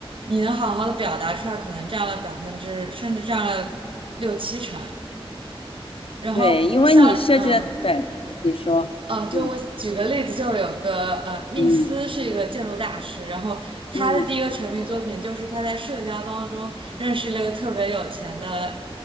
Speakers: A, on the right; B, on the left.
A: 你能好好的表达出来，可能占了百分之，甚至占了六七成。然后像嗯、
B: 对，因为你设计的，
A: 呃
B: 对，你说，
A: 呃，就我举个例子，
B: 嗯
A: 就有个呃，密斯是一个建筑大师，
B: 嗯
A: 然后他的第一个成名作品就是他在社交当中认识了一个特别有钱的
B: 嗯。